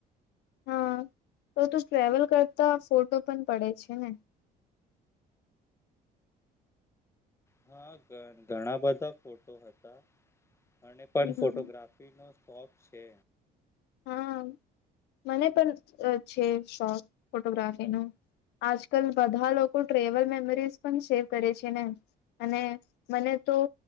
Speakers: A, on the left; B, on the left.
A: હા, તો તું ટ્રવેલ કરતા ફોટો પણ પડે છેને
B: હ હા, ઘણા બધા ફોટો હતા. મને
A: હમ
B: પણ ફોટોગ્રાફીનો શોખ છે.
A: હા, મને પણ છે. શોખ ફોટોગ્રાફીનો- આજકાલ બધા લોકો ટ્રેવલ મેમરીઝ પણ સેવ કરે છેને, અને મને તો